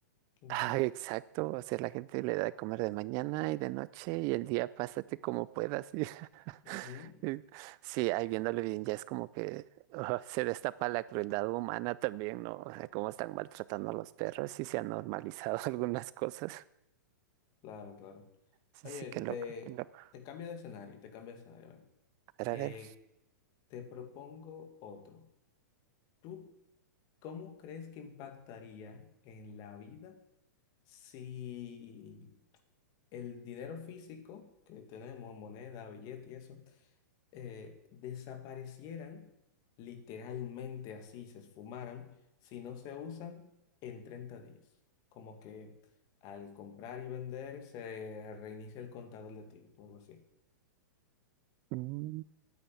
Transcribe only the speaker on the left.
¿Quién
sabe?
Ujú,
Claro, claro.
Oye,
te,
te cambio de escenario, te cambio de escenario. ven.
Eh,
Te propongo otro. ¿Tú cómo crees que impactaría en la vida si el dinero físico que tenemos, moneda, billete y eso, eh, desaparecieran literalmente así, se esfumaran, si no se usan en 30 días? Como que al comprar y vender se reinicia el contador de tiempo, algo así.